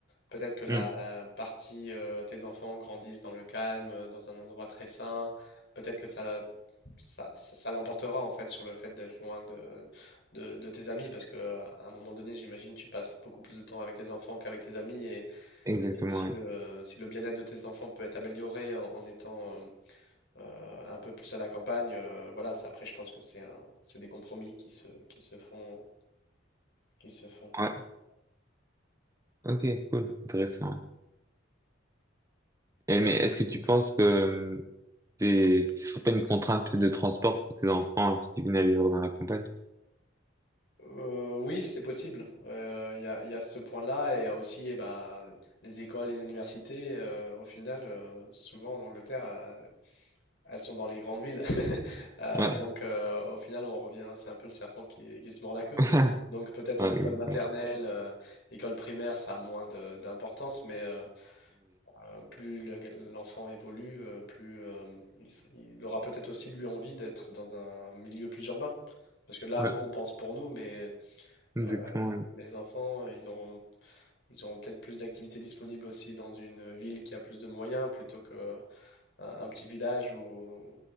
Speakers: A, on the left; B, on the right.
A: peut-être que la
B: Mm.
A: la partie euh, tes enfants grandissent dans le calme, euh, dans un endroit très sain, peut-être que ça, ça, ça- ça l'emportera en fait sur le fait d'être loin de, de, de tes amis, parce que euh, à un moment donné, j'imagine, tu passes beaucoup plus de temps avec tes enfants qu'avec tes amis, et,
B: Exactement,
A: et si
B: ouais.
A: le, si le bien-être de tes enfants peut être amélioré en, en étant euh, euh, un peu plus à la campagne. euh, voilà, ça, après, je pense que c'est un- c'est des compromis qui se, qui se font, qui se font.
B: Ouais, ok, cool, intéressant. Et, mais est-ce que tu penses que hum, C'est, ce serait une contrainte peut de transport pour tes enfants si tu venais à vivre dans la campagne.
A: Euh, oui, c'est possible. Euh, Il y a, il y a ce point-là et il y a aussi eh ben, les écoles, les universités. euh, au final, euh, souvent en Angleterre, euh, elles sont dans les grandes villes. <laughs> Euh,
B: Ouais.
A: donc, euh, au final, on revient, c'est un peu le serpent qui, qui se mord la queue.
B: <laughs>
A: Donc, peut-être
B: Ouais,
A: en école maternelle, euh, école primaire, ça a moins de- d'importance, mais euh, Euh, plus le- l'enfant évolue, euh, plus euh, il, s- il aura peut-être aussi lui envie d'être dans un milieu plus urbain. Parce que là,
B: Ouais,
A: nous,
B: ouais,
A: on pense pour nous, mais
B: exactement.
A: euh,
B: oui.
A: les enfants, ils auront, ils auront peut-être plus d'activités disponibles aussi dans une ville qui a plus de moyens plutôt que un, un petit village où,